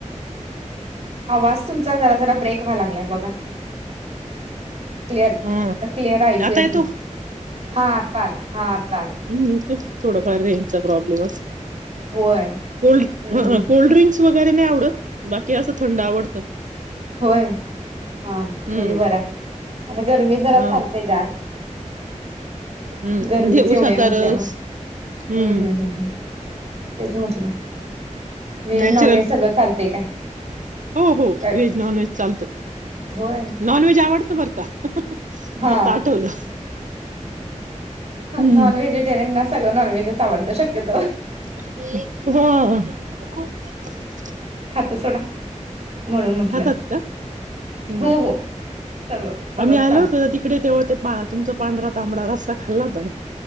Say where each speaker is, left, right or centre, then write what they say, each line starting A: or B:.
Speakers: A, on the right; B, on the right.
A: आवाज तुमचा जरा जरा ब्रेक व्हाया लागलाय बघा! क्लिअर
B: हा
A: ऐकू
B: आता
A: नाही
B: येतो
A: हा आता आला! हात
B: म्हणुन तर थोडाफार रेंजचा प्रॉब्लेम अस
A: होय
B: कोल्ड
A: हम्म हम्म
B: कोल्ड्रिंक्स व तरी नाही आवडत! बाकी अस थंड आवडत!
A: होय! हा
B: हम्म
A: तरी बर आहे! आता गरमी जरा
B: हा
A: चालते गार!
B: हम्म
A: गरमीच
B: म्हणजे
A: एवढी
B: उसाचा
A: हाय म्हटल्या
B: रस
A: वर!
B: हम्म
A: ह्म्म ह्म्म ह्म्म ह्म्म तेच म्हटलं व्हेज
B: नॅचरल
A: नॉन व्हेज सगळं चालतंय काय!
B: हो हो ये
A: काय
B: व्हेज नॉनव्हेज चालत!
A: होय
B: नॉनव्हेज आवडत! बर का!
A: हा
B: आता आठवलं हम्म
A: नॉन व्हेजिटेरियन ना सगळं नॉनव्हेजच आवडत! शक्य येतो!
B: हा <inaudible>
A: त सोडा! म्हणून म्हटलं!
B: खातात का हम्म
A: हो हो सगळं सगळंच
B: आम्ही आलो
A: चालत
B: होतो तिकडे तेव्हा ते तुमचा पांढरा तांबडा रस्ता खाल्ला होता का?